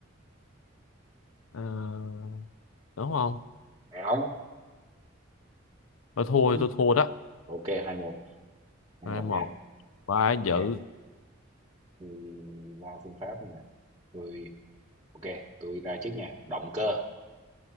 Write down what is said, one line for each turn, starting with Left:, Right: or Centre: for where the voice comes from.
Left: à, đúng không
Right: áo
Left: thôi thua
Right: Ừ,
Left: tôi thua đó
Right: ok hai một hai
Left: hai
Right: một
Left: một
Right: nha
Left: quá
Right: ok
Left: dữ
Right: tôi ra phương pháp nha tôi Ok, tôi ra trước nha. Động cơ,